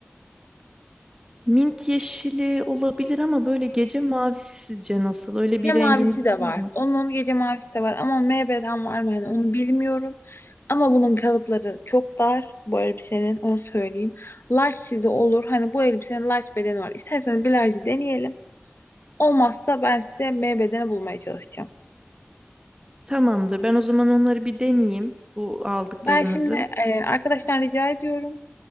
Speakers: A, on the right; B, on the left.
A: mint yeşili olabilir ama böyle gece mavisi sizce nasıl? Öyle
B: Gece
A: bir renginiz
B: mavisi de
A: var
B: var.
A: mı?
B: Onun gece mavisi de var ama MB'den var mı hani onu bilmiyorum. Ama bunun kalıpları çok dar bu elbisenin onu söyleyeyim. Large size olur. Hani bu elbisenin large bedeni var. İsterseniz bir large'ı deneyelim. Olmazsa ben size M bedeni bulmaya çalışacağım.
A: Tamamdır. Ben o zaman onları bir deneyeyim bu aldıklarımızı.
B: Ben şimdi e, arkadaşlar rica ediyorum.